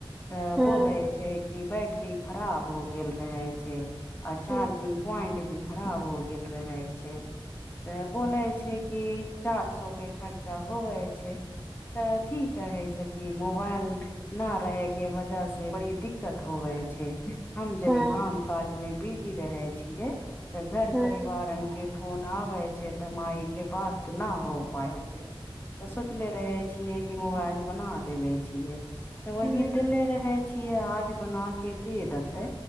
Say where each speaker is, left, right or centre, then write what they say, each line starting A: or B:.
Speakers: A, on the left; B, in the centre.
A: तऽ
B: हँ
A: बोले छै कि बैटरी खराब हो गेल रहे छै आ चार्जिंग
B: हँ
A: प्वाइंट भी खराब हो गेल रहै छै तब बोले छै कि चार सौ के खर्चा होवे छै तऽ की कहै सखी कि मोबाइल न रहे के वजह से बड़ी दिक्कत होवे छै हम यदि
B: हँ
A: काम काज मे बिजी रहे छियै तऽ घर
B: हँ
A: परिवारन के फोन आवै छै तऽ माइ के बात न हो पाय छै तऽ सोचले रहे छियै कि मोबाइल बना देवे छियै तऽ वही
B: हँ
A: देले रहै छियै आज बनाके दे देतै